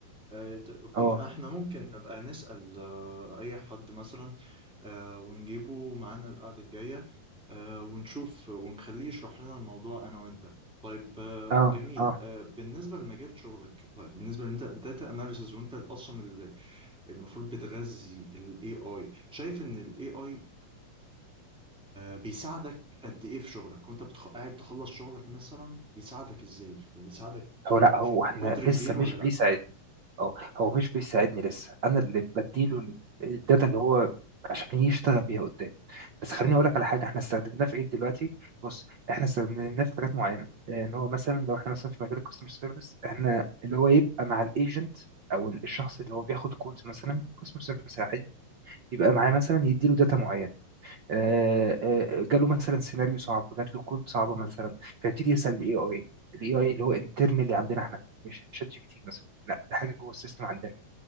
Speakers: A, in the centre; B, on the right.
A: آه، طيب، اوكي
B: اه
A: آه، احنا ممكن نبقى نسأل آه، اي حد مثلا آه، ونجيبه معانا القعدة الجاية آه، ونشوف ونخليه يشرح لنا الموضوع انا وانت طيب آه،
B: اه
A: جميل
B: اه
A: آه، بالنسبة لمجال شغلك طيب بالنسبة لان انت داتا اناليسز وانت اصلا ال- المفروض بتغذي الاي اي شايف ان الاي اي بيساعدك قد ايه في شغلك وانت بتخ... قاعد تخلص شغلك مثلا بيساعدك ازاي وبيساعدك
B: هو لا هو احنا
A: بقدر
B: لسه
A: كبير
B: مش
A: ولا
B: بيساعدني اه هو مش بيساعدني لسه انا اللي بديله ال- الداتا اللي هو عشان يشتغل بيها قدام بس خليني اقول لك على حاجه احنا استخدمناه في ايه دلوقتي بص احنا استخدمناه في حاجات معينه آه، ان هو مثلا لو احنا مثلا في مجال الكاستمر سيرفيس احنا اللي هو يبقى مع الايجنت او الشخص اللي هو بياخد كولز مثلا كاستمر سيرفيس عادي يبقى معاه مثلا يديله داتا معينه آه، آه، جاله مثلا سيناريو صعب جات له كود صعبه مثلا فيبتدي يسال الاي اي الاي اي اللي هو انترنالي عندنا احنا مش شات جي بي تي مثلا لا ده حاجه جوه السيستم عندنا